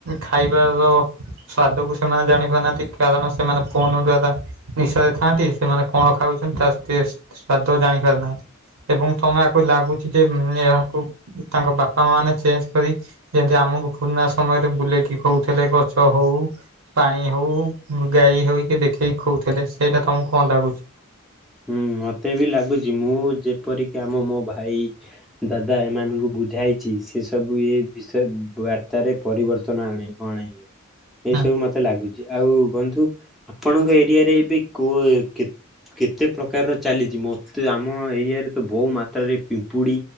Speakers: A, on the right (about 75°); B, in the centre.
A: ଖାଇବାର ସ୍ଵାଦ କୁ ସେମାନେ ଜାଣି ପାରୁନାହାନ୍ତି କାରଣ ସେମାନେ ଫୋନ ଦ୍ଵାରା ନିଶାରେ ଥାଆନ୍ତି ସେମାନେ କଣ ଖାଉ ତା ଟେଷ୍ଟ୍ ସ୍ଵାଦ ଜାଣି ପାରୁନାହାନ୍ତି। ଏବଂ ତମେ ଆକୁ ଲାଗୁଛି ଯେ ଏହାକୁ ତାଙ୍କ ବାପା ମା ମାନେ ଚେଞ୍ଜ୍ କରି ଯେମତି ଆ ଆମକୁ ପୁରୁଣା ସମୟରେ ବୁଲେଇକି ହଉଥିଲେ ଗଛ ହଉ ପାଣି ହଉ, ଗାଈ ହଇକି ଦେଖେଇକି ଖଉଥିଲେ ସେଇଟା ତମକୁ କଣ ଲାଗୁଛି।
B: ହୁଁ ମତେ ବି ଲାଗୁଛି ମୁଁ ଯେପରିକି ଆମ ମୋ ଭାଇ ଦାଦା ଏମାନଙ୍କୁ ବୁଝାଇଛି ସେ ସବୁ ଏ ବିଷୟ ବାର୍ତ୍ତାରେ ପରିବର୍ତ୍ତନ ଆଣେ ଅଣେ। ଏଇସବୁ
A: ହୁଁ
B: ମତେ ଲାଗୁଛି ଆଉ ବନ୍ଧୁ ଆପଣଙ୍କ ଏରିଆରେ ଏବେ କୋ-କେ-କେ ଏତେ କେତେ ପ୍ରକାରର ଚାଲିଛି ମତେ ଆମ ଏରିଆରେ ତ ବହୁ ମାତ୍ରାରେ ପିମ୍ପୁଡି